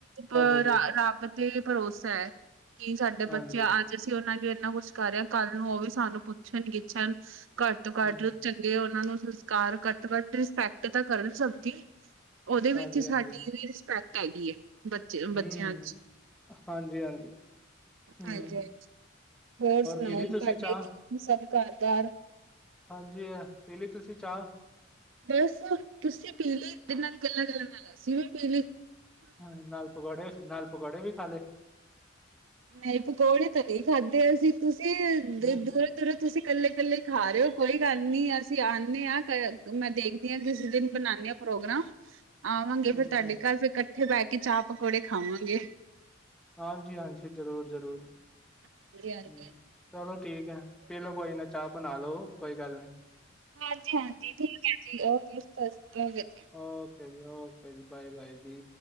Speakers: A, on the right; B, in the centre.
A: ਪਰ
B: ਸਭ ਵਧੀਆ
A: ਰ-ਰੱਬ ਤੇ ਭਰੋਸਾ ਐ ਕਿ ਸਾਡੇ
B: ਹਾਂਜੀ
A: ਬੱਚੇ ਆ ਅਸੀਂ ਉਹਨਾਂ ਲਈ ਇੰਨਾ ਕੁਛ ਕਰ ਰਹੇ ਹਾਂ ਕੱਲ੍ਹ ਨੂੰ ਉਹ ਵੀ ਸਾਨੂੰ ਪੁੱਛਣ -ਗਿੱਛਣ ਘੱਟ ਤੋਂ ਘੱਟ
B: ਹਮ
A: ਚੰ ਗੇ ਉਹਨਾ ਨੂੰ ਸੰਸਕਾਰ ਘੱਟ- ਘੱਟ ਰਿਸਪੈਕਟ ਤਾਂ ਕਰਨ ਸਭ ਦੀ। ਉਹਦੇ ਵਿੱਚ
B: ਹਾਂਜੀ
A: ਸਾਡੀ
B: ਹਾਂਜੀ
A: ਵੀ ਰਿਸਪੈਕਟ ਹੈਗੀ ਹੈ ਬੱਚੇ-
B: ਹਮ
A: ਬੱਚਿਆਂ
B: ਹਮ
A: ਚ
B: ਹਾਂਜੀ ਹਾਂਜੀ। ਹਮ
A: ਹਾਂਜੀ ਹਾਂਜੀ, ਹੋਰ ਸੁਣਾਓ
B: ਪੀ ਲਈ ਤੁਸੀਂ
A: ਤੁਹਾਡੇ
B: ਚਾਹ
A: ਕੀ ਤੁਸੀਂ ਸਭ ਘਰ ਦਾ
B: ਹਾਂਜੀ ਅ, ਪੀਲੀ ਤੁਸੀਂ ਚਾਹ?
A: ਬਸ ਤੁਸੀਂ ਪੀਲੀ ਇਹ ਨਾਲ ਗੱਲਾਂ -ਗੱਲਾਂ ਨਾਲ ਅਸੀ ਵੀ ਪੀਲੀ।
B: ਹੂੰ ਨਾਲ ਪਕੌੜੇ, ਨਾਲ ਪਕੌੜੇ ਵੀ ਖਾ ਲੇ।
A: ਨਈ ਪਕੌੜੇ ਤਾਂ ਨੀ ਖਾਧੇ ਅਸੀਂ ਤੁਸੀਂ ਇੱਧ
B: ਹਮ
A: ਇੱਧਰੋ ਤੁਸੀਂ ਕੱਲੇ- ਕੱਲੇ ਖਾ ਰਹੇ ਹੋ ਕੋਈ ਗੱਲ ਨੀ ਅਸੀਂ ਆਂਨੇ ਆ ਘਰੇ ਮੈਂ ਦੇਖ ਦੇਖ ਦੀਆਂ ਕਿਸੇ ਦਿਨ ਬਨਾਦੀ ਆ ਪ੍ਰੋਗਰਾਮ।
B: <inaudible>
A: ਆਵਾਂਗੇ ਫੇਰ
B: ਅੱਛਾ
A: ਤਾਡੇ ਘਰ ਫਿਰ ਇਕੱਠੇ ਬਹਿ ਕੇ ਚਾਹ ਪਕੌੜੇ ਖਾਵਾਂਗੇ।
B: ਹਾਂਜੀ ਹਾਂਜੀ, ਜ਼ਰੂਰ- ਜ਼ਰੂਰ। ਹੂੰ
A: ਹਾਂਜੀ ਹਾਂਜੀ
B: ਚਲੋ ਠੀਕ ਐ, ਪੀਲੋ ਕੋਈ ਨਾ ਚਾਹ ਬਣਾ ਲਓ ਕੋਈ ਗੱਲ ਨੀ।
A: ਹਾਂਜੀ-ਹਾਂਜੀ ਠੀਕ ਐ ਜੀ ਓਕੇ <unintelligible>
B: ਓਕੇ ਜੀ ਓਕੇ ਜੀ ਬਾਏ-ਬਾਏ ਜੀ।